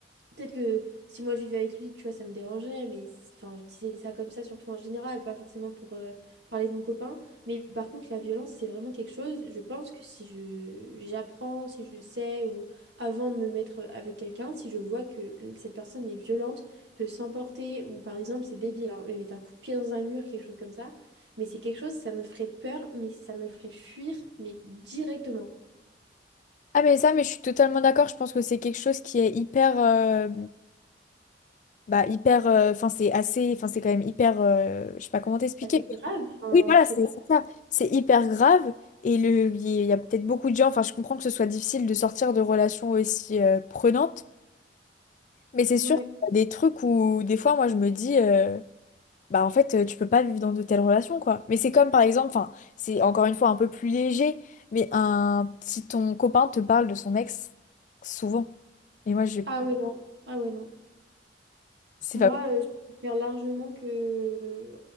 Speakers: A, on the right; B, on the left.
A: Peut-être que si moi je vivais avec lui, tu vois, ça me dérangerait, mais c- enfin, je disais ça comme ça, surtout en général, pas forcément pour euh, parler de mon copain. Mais par contre, la violence, c'est vraiment quelque chose, je pense que si je j'apprends, si je sais, ou avant de me mettre euh, avec quelqu'un, si je vois que l- cette personne est violente, peut s'emporter, ou par exemple, c'est débile, hein, mais mettre un coup de pied dans un mur, quelque chose comme ça, mais c'est quelque chose, ça me ferait peur, mais ça me ferait fuir, mais directement.
B: Ah, mais ça, mais je suis totalement d'accord. Je pense que c'est quelque chose qui est hyper. euh, bah, hyper, euh, enfin, c'est assez, enfin, c'est quand même hyper, euh, je sais pas comment t'expliquer.
A: Ah, C'est
B: mais
A: grave, enfin,
B: Oui, voilà,
A: je sais
B: c'est
A: pas.
B: c'est ça. C'est hyper grave. Et le, il y a peut-être beaucoup de gens, enfin, je comprends que ce soit difficile de sortir de relations aussi euh, prenantes, mais c'est
A: Ouais.
B: sûr qu'il y a des trucs où, des fois, moi, je me dis, euh, bah, en fait, euh, tu peux pas vivre dans de telles relations, quoi. Mais c'est comme, par exemple, enfin, c'est encore une fois un peu plus léger, mais un, si ton copain te parle de son ex, souvent. Et moi, je,
A: Ah ouais, non. Ah ouais, non.
B: c'est
A: Moi, euh, je préfère largement que